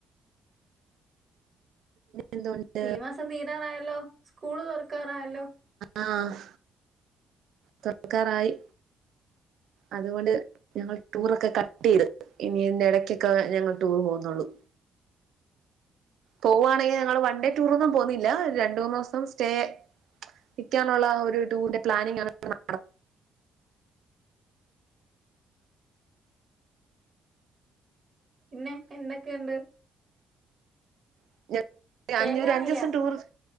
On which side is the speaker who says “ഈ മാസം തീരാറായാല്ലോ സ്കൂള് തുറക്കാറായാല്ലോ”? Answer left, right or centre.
Right